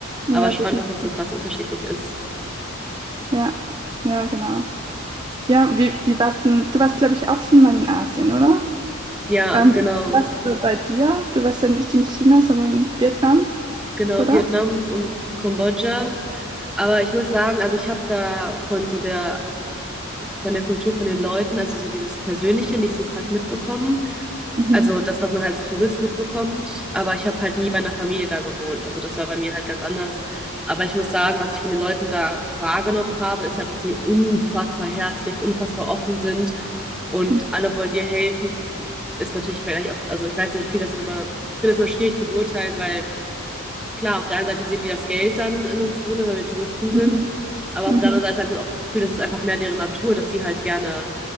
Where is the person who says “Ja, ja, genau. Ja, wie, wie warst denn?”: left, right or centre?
Right